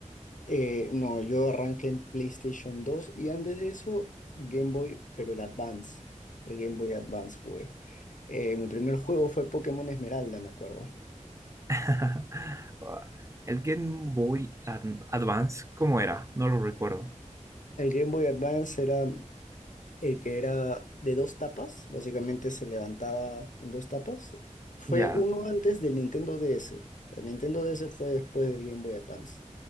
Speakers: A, on the left; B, on the right.
A: Eh, no, yo arranqué en PlayStation dos y antes de eso Game Boy, pero el Advance, el Game Boy Advance jugué. Eh, mi primer juego fue Pokémon Esmeralda, me acuerdo.
B: <laughs> El Game Boy Ad- Advance, ¿cómo era? No lo recuerdo.
A: El Game Boy Advance era eh, que era de dos tapas, básicamente se levantaba en dos tapas. Fue
B: ¿Ya?
A: uno antes del Nintendo DS. El Nintendo DS fue después del Game Boy Advance.